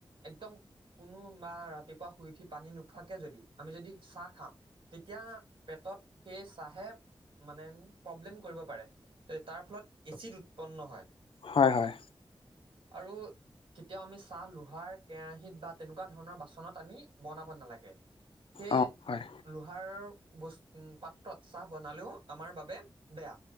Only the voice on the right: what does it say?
একদম কোনো বা ৰাতিপুৱা শুই উঠি পানী নোখোৱাকে যদি আমি যদি চাহ খাওঁ। তেতিয়া পেটত সেই চাহে। মানে প্ৰব্লেম কৰিব পাৰে তাৰ ফলত এচিড উৎপন্ন হয়।
আৰু। কেতিয়াও আমি চাহ লোহাৰ কেৰাহীত বা তেনেকুৱা ধৰণৰ বাচনত আমি বনাব নালাগে। সেই
লোহাৰ বস্তু। উম পাত্ৰত চাহ বনালেও আমাৰ বাবে বেয়া